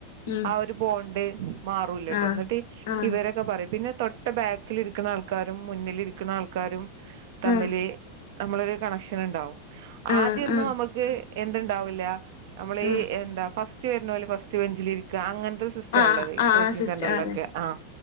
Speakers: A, on the left; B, on the right.
A: ഉം
B: ആ ഒരു ബോണ്ട് മാറൂല്ലാട്ടോ
A: ആഹ്
B: എന്നിട്ട്
A: ആഹ്
B: ഇവരൊക്കെ പറയും പിന്നെ തൊട്ട് ട്ട് ബാക്കിലിരിക്കണ ആൾക്കാരും മുന്നിലിരിക്കണ ആൾക്കാരും തമ്മില്
A: ആഹ്
B: നമ്മളൊരു കണക്ഷൻ ഇണ്ടാവും
A: ആഹ്
B: ആദ്യൊന്നും
A: ആഹ്
B: നമ്മക്ക് എന്ത്ണ്ടാവില്ല നമ്മള്
A: ആഹ്
B: ഈ എന്താ ഫസ്റ്റ് വെരണോല് ഫസ്റ്റ് ബെഞ്ചിലിരിക്ക് ക്കാ അങ്ങൻത്തെ സിസ്റ്റാ
A: ആഹ്
B: ഇള്ളത് ഈ
A: ആഹ്
B: കോച്ചിങ്
A: സിസ്റ്റർ
B: സെന്ററിലൊക്കെ
A: അതെ
B: ആഹ്